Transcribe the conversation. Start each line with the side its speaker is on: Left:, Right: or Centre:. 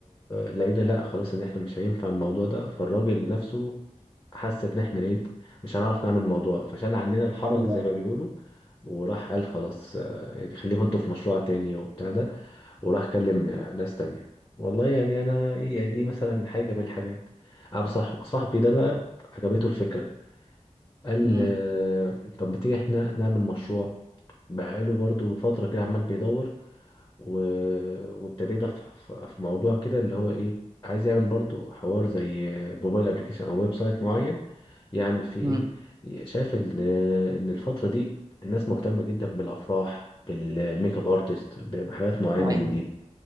Left: لقينا لا خلاص ان احنا مش هينفع الموضوع ده فالراجل نفسه حس ان احنا ايه مش هنعرف نعمل الموضوع فشال عننا الحرج
Right: أيوة.
Left: زي ما بيقولوا وراح قال خلاص آه، يعني خليكم انتوا في مشروع تاني وبتاع ده وراح كلم آه، ناس تانية والله يعني انا ايه يعني دي مثلا حاجة من الحاجات قام صاحب صاحبي ده بقى عجبته الفكرة قال
Right: امم
Left: آه، طب ما تيجي احنا نعمل مشروع بقاله برضو فترة كده عمال بيدور و... وابتدينا في... في في موضوع كده اللي هو ايه عايز يعمل برضو حوار زي موبايل ابلكيشن او ويب سايت معين يعمل فيه
Right: امم
Left: ايه شايف ان ان الفترة دي الناس مهتمة جدا بالافراح بالميك اب ارتست بحاجات معينة
Right: ايوه
Left: من دي